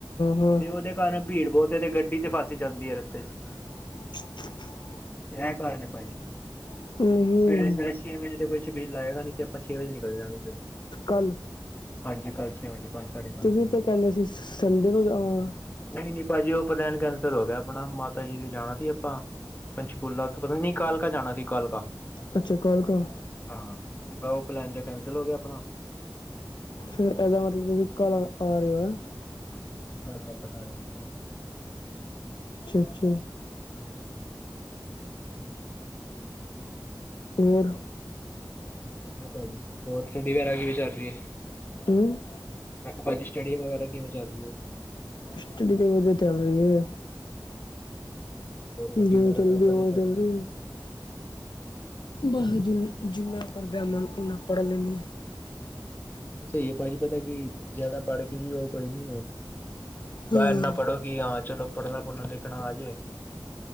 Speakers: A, on the left; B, on the left.
A: ਹਾਂ
B: ਤੇ ਉਹਦੇ ਕਾਰਨ ਭੀੜ ਬਹੁਤ ਤੇ ਗੱਡੀ ਤੇ ਫਸੀ ਜਾਂਦੀ ਹੈ ਰਸਤੇ ਚ
A: <inaudible>
B: ਇਹ ਕਾਰਨ ਹੈ ਭਾਜੀ
A: ਹਾਂ ਨਹੀਂ
B: ਸਵੇਰੇ ਸਵੇਰੇ ਛੇ ਵਜੇ ਤੇ ਕੋਈ ਛਬੀਲ ਲਾਏਗਾ ਨੀ ਤੇ ਆਪ ਛੇ ਵਜੇ ਨਿਕਲ ਜਾਣਗੇ ਸਵੇਰੇ
A: ਕੱਲ
B: ਅੱਜ ਕੱਲ ਛੇ ਵਜੇ ਪੰਜ ਸਾਢੇ ਪੰਜ
A: ਤੁਸੀਂ
B: ਛੇ ਵਜੇ
A: ਤੇ ਕਹਿੰਦੇ ਸੀ ਸੰਡੇ ਨੂੰ ਜਾਵਾਂਗਾ
B: ਨਹੀਂ ਨਹੀਂ ਭਾਜੀ ਉਹ ਪਲੈਨ ਕੈਂਸਰ ਹੋ ਗਿਆ ਆਪਣਾ ਮਾਤਾ ਜੀ ਦੇ ਜਾਣਾ ਸੀ ਆਪਾਂ ਸਕੂਲਾ ਪਤਾ ਨਹੀਂ ਕਾਲਕਾ ਜਾਣਾ ਸੀ ਕਾਲਕਾ
A: ਅੱਛਾ ਕਾਲਕਾ
B: ਹਾਂ ਤੇ ਉਹ ਪਲੈਨ ਚ ਕੈਂਸਲ ਹੋ ਗਿਆ ਆਪਣਾ
A: ਫਿਰ ਇਹਦਾ ਮਤਲਬ ਤੁਸੀਂ ਕੱਲ ਆ ਰਹੇ ਹੋ ਹੈ
B: ਹਾਂਜੀ ਭਾਜੀ ਕੱਲ ਵਾਪਸ ਆ ਰਹੇ
A: ਅੱਛਾ ਅੱਛਾ
B: ਹਾਂਜੀ
A: ਹੋਰ
B: ਵਧੀਆ ਭਾਜੀ ਹੋਰ ਕਿਦੀ ਰੈਗਿੰਗ ਚੱਲ ਰਹੀ ਹੈ
A: ਹੂੰ
B: ਮੈਂ ਕਿਹਾ ਭਾਜੀ ਸਟੱਡੀ ਵਗੈਰਾ ਕਿਵੇਂ ਚੱਲ ਰਹੀ ਹੈ
A: ਸਟਡੀ ਤੇ ਵਧੀਆ ਚੱਲ ਰਹੀ ਹੈ
B: <unintelligible> ਗੱਡੀ
A: ਜੀ
B: ਵਗੈਰਾ
A: ਚਲਦੀ
B: ਸਭ ਵਧੀਆ
A: ਹਵਾ ਚੱਲ ਰਹੀ ਹੈ ਬਸ ਜਿੰਨਾ ਕਰਦਿਆਂ ਮਨ ਓਨਾ ਪੜ ਲੈਂਦੀ
B: ਸਹੀ ਹੈ ਭਾਜੀ ਪਤਾ ਕੀ ਜਿਆਦਾ ਪੜ ਕੇ ਵੀ ਉਹ ਕੋਈ ਨੀ ਹੈ ਬਾਹ
A: ਹਾਂ
B: ਇਨਾ ਪੜੋ ਕਿ ਹਾਂ ਚਲੋ ਪੜ੍ਹਨਾ ਪੜ੍ਹਨਾ ਲਿਖਣਾ ਆਜੇ